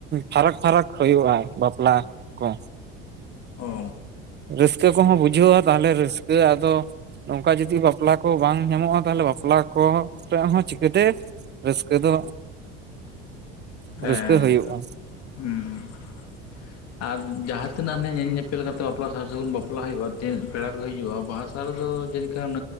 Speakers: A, on the right (about 35°); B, on the left (about 60°).
A: ᱯᱷᱟᱨᱟᱠ ᱯᱷᱟᱨᱟᱠ ᱦᱳᱭᱳᱜᱼᱟ ᱵᱟᱯᱞᱟ ᱠᱚ᱾
B: ᱚ
A: ᱨᱟᱹᱥᱠᱟᱹ ᱠᱚᱦᱚᱸ ᱵᱩᱡᱷᱟᱣᱟ ᱛᱟᱦᱚᱞᱮ ᱨᱟᱹᱥᱠᱟᱹ ᱟᱫᱚ ᱱᱚᱝᱠᱟ ᱡᱩᱫᱤ ᱵᱟᱯᱞᱟ ᱠᱚ ᱵᱟᱝ ᱧᱟᱢᱚᱜᱼᱟ ᱛᱟᱦᱚᱞᱮ ᱵᱟᱯᱞᱟ ᱠᱚ ᱨᱮᱭᱟᱜ ᱦᱚᱸ ᱪᱤᱠᱟᱹᱛᱮ ᱨᱟᱹᱥᱠᱟᱹ ᱫᱚ
B: ᱦᱮᱸ
A: ᱨᱟᱹᱥᱠᱟᱹ ᱦᱩᱭᱩᱜᱼᱟ᱾
B: ᱦᱩᱸ ᱟᱨ ᱡᱟᱦᱟᱸ ᱛᱤᱱᱟᱹᱜ ᱦᱟᱱᱮ ᱧᱮᱞ ᱧᱮᱯᱮᱞ ᱠᱟᱛᱮ ᱵᱟᱯᱞᱟ ᱥᱟᱨ ᱥᱟᱹᱜᱩᱱ ᱵᱟᱯᱞᱟ ᱦᱩᱭᱩᱜᱼᱟ ᱠᱮ ᱯᱮᱲᱟ ᱠᱚ ᱦᱤᱡᱩᱜᱼᱟ ᱵᱟᱥ ᱱᱮᱛᱟᱨ ᱫᱚ ᱡᱟᱱᱤᱪ ᱠᱷᱟᱱ